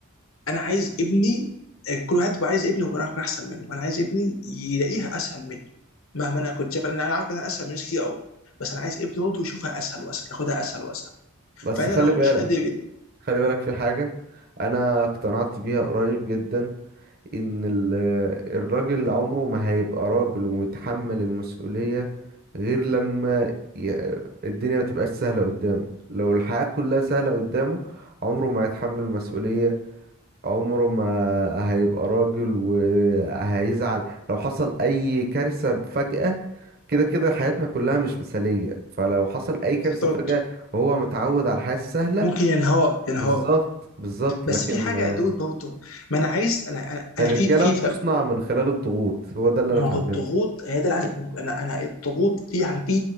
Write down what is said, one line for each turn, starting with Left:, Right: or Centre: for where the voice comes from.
Left: انا عايز ابني آه، كل واحد بيبقى عايز ابنه يكون يكون احسن منه انا عايز ابني يلاقيها اسهل مني مهما انا كنت شايف انا أنا عارف ان انا اسهل من ناس كتير قوي بس انا عايز ابني برضه يشوفها اسهل واسهل ياخدها اسهل واسهل
Right: بس
Left: فانا
Right: خلي
Left: لو مش
Right: بالك
Left: قادر
Right: خلي بالك في حاجة انا اقتنعت بيها قريب جدا ان ال- الراجل عمره ما هيبقى راجل ومتحمل المسؤولية غير لما ي- الدنيا ما تبقاش سهلة قدامه لو الحياة كلها سهلة قدامه عمره ما هيتحمل مسؤولية عمره ما هيبقى راجل وهيزعل لو حصل اي كارثة فجأة كده كده حياتنا كلها مش مثالية فلو حصل اي كارثة
Left: بالظبط
Right: فجأة وهو متعود على الحياة السهلة
Left: ممكن ينهار ينهار
Right: بالظبط بالظبط
Left: بس
Right: لكن
Left: في حاجه
Right: آه،
Left: يا دود برضه ما انا عايز انا انا, أنا
Right: الرجالة
Left: في في
Right: بتصنع من خلال الضغوط هو ده اللي
Left: ما
Right: انا اتعلمته
Left: هو الضغوط هي ده العزف انا انا الضغوط دي يعني في